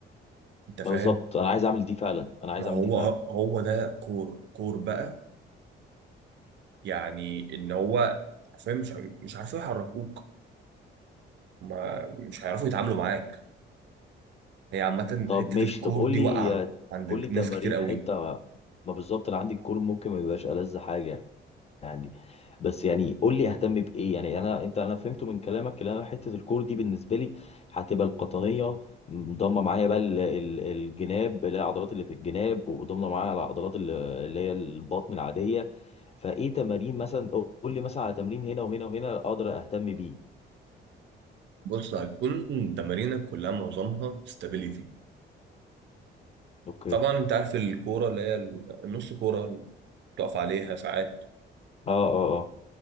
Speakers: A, on the right; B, on the left.
A: انت فاهم
B: بالظبط انا عايز اعمل دي فعلا انا عايز
A: ما هو
B: اعمل دي فعلا
A: هو ده كور كور بقى يعني ان هو حرفيا مش ع- مش عارفين يحركوك ما مش هيعرفوا يتعاملوا معاك هي عامة
B: طب
A: حتة
B: ماشي
A: الكور
B: طب قول
A: دي
B: لي
A: واقعة عند
B: قول لي
A: ناس
B: تمارين
A: كتير قوي
B: حته ما بالظبط انا عندي الكور ممكن ما يبقاش ألذ حاجه يعني بس يعني قول لي اهتم بايه يعني انا انت انا فهمت من كلامك ان انا حته الكور دي بالنسبه لي هتبقى القطنيه ضمه معايا بقى ال- ال- الجناب اللي هي العضلات اللي في الجناب وضمه معايا العضلات اللي اللي هي البطن العاديه فايه تمارين مثلا قول لي مثلا على تمرين هنا وهنا وهنا اقدر اهتم بيه
A: بص هتكون تمارينك كلها معظمها استابيليتي
B: اوكي
A: طبعا
B: اه
A: انت عارف الكورة اللي هي النص كورة اللي بتقف عليها ساعات
B: اه اه